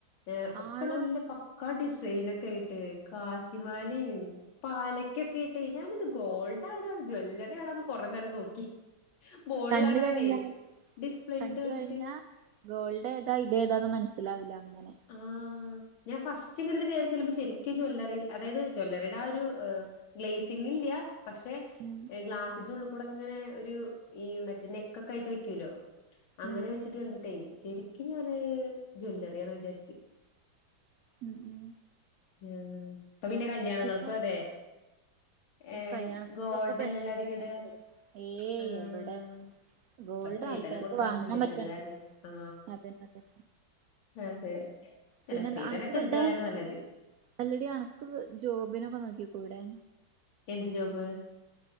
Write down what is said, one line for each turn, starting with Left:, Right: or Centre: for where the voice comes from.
Left: ഏഹ് ഒക്ക
Right: ആടോ
Left: നല്ല പ ഡിസൈന ഒക്കെ ആയിട്ട് കാശിമാലിം പാലക്കൊക്കെ ഇട്ട് ഞാനിത് ഗോൾഡ് ആണോ ജ്വല്ലറി ആണോന്ന് കൊറേ നേരം നോക്കി ബോർഡ്
Right: കണ്ട്
Left: കാണാണ്ടേ
Right: കഴിഞ്ഞാൽ
Left: ഡിസ്പ്ലേയിലിട്ട്
Right: കണ്ട്
Left: കണ്ടിട്ട്
Right: കഴിഞ്ഞാ ഗോൾഡ് ഏതാ ഇത ഏതാന്ന് മനസ്സിലാവില്ല അങ്ങനെ
Left: ആ ഞാൻ ഫസ്റ്റ് ഇങ്ങട്ടണ്ട് കേറി ചെല്ലുമ്പോ ശെരിക്ക് ജ്വല്ലറിയിൽ അതായത് ജ്വല്ലറിയുടെ ആ ഒര് ഏഹ് ഗ്ലെയസിംഗ് ഇല്ല. പക്ഷെ,
Right: ഉം
Left: ഏഹ് ഗ്ലാസിന്റെ ഉള്ള് കൂടെ ഇങ്ങനെ ഒരു ഈ മറ്റേ നെക്കൊക്കെ ആയിട്ട് വെക്കൂല്ലോ അങ്ങനെ
Right: ഉം
Left: വെച്ചിട്ട് കണ്ടിട്ടേ ശെരിക്കു ഞാന് അഹ് ജ്വല്ലറിയാന്ന വിചാരിച്ചെ.
Right: ഉം ഉം
Left: ആഹ് ഇപ്പ പിന്നെ കല്യാണങ്ങൾക്കു
Right: പിന്നെ
Left: അതെ, ഏഹ്
Right: കല്യാണത്തിനൊക്കെ
Left: ഗോൾഡ്
Right: പെണ്ണിന്റെ
Left: അല്ലല്ലോ അധിക
Right: അങ്ങനത്തെ
Left: ഇട്
Right: ഇടും ഏയ്
Left: ആഹ്
Right: എവിടെ ഗോൾഡ്
Left: ഇപ്പ സ്ത്രീധനം
Right: ആൾക്കാർക്ക്
Left: കൊടുക്കാനൊന്നുല്ലല്ലോ
Right: വാങ്ങാൻ പറ്റണ്ടേ
Left: അത് കാരണേ ആ
Right: അതന്നെ അതന്നെ
Left: അതെ ചെല
Right: പിന്നെ
Left: സ്ത്രീധനൊക്കെ
Right: അനക്ക് വല്ല
Left: ഇട്ത്ത് കളയിന്ന നല്ലത്.
Right: അല്ലടി അണക്ക് ജോബിനൊക്കെ നോക്കി കൂടെ
Left: എന്ത് ജോബ്?